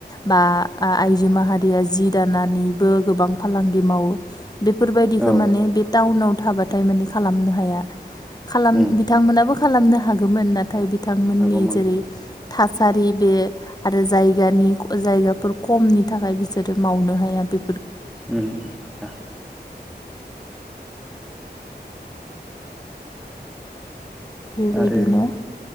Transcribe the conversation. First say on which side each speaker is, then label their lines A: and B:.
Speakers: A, on the left; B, in the centre.
A: बा आ आइजो माहारिया जि दानानैबो गोबां फालांगि मावो। बेफोरबायदिखौ
B: औ
A: माने बे टाउनाव थाबाथाय माने खालामनो हाया। खालाम
B: औ
A: बिथांमोनाबो खालामनो हागौमोन नाथाय बिथांमोननि
B: हागौमोन
A: जेरै थासारि बे आरो जायगानि जायगाफोर खमनि थाखाय बिसोरो मावनो हाया बे
B: उम हाया।
A: बेबायदिनो
B: आरो